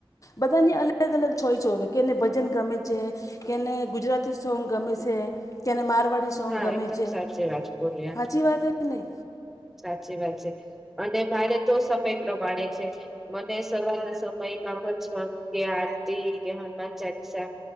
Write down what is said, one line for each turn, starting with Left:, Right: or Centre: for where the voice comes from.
Left: બધાને અલગ અલગ છોય છોવે કેને ભજન ગમે છે. કેને ગુજરાતી સોંગ ગમે છે કેને મારવાડી સોંગ
Centre: હા
Left: ગમે
Centre: એકદમ
Left: છે
Centre: સાચી વાત બોલી
Left: હાચી વાત એ નહીં?
Centre: સાચી વાત છે અને મારે તો સમય પ્રમાણે છે. મને સવારના સમયમાં ભજપન કે આરતી કે હનુમાન ચાલીસા.